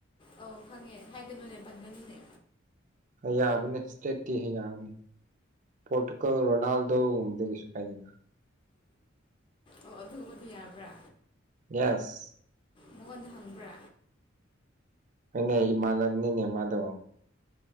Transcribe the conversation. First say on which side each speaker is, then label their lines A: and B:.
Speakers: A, on the left (about 25°); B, on the right (about 40°).
A: ꯑꯧ ꯈꯪꯉꯦ ꯍꯥꯏꯒꯅꯨꯅꯦ ꯄꯟꯒꯅꯨꯅꯦ
B: ꯌꯥꯕꯅꯦ ꯏꯁꯇ꯭ꯔꯦꯠꯇꯤ ꯌꯥꯕꯅꯤ ꯄꯣꯔꯇꯨꯒꯜ ꯔꯣꯅꯥꯜꯗꯣꯗꯁꯨ ꯄꯥꯏꯗꯅ
A: ꯑꯣ ꯑꯗꯨꯒꯕꯨꯗꯤ ꯌꯥꯕ꯭ꯔꯥ
B: ꯌꯦꯁ
A: ꯃꯉꯣꯟꯗ ꯍꯪꯕ꯭ꯔꯥ
B: ꯍꯣꯏꯅꯦ ꯏꯃꯥꯟꯅꯕꯅꯤꯅꯦ ꯃꯥꯗꯣ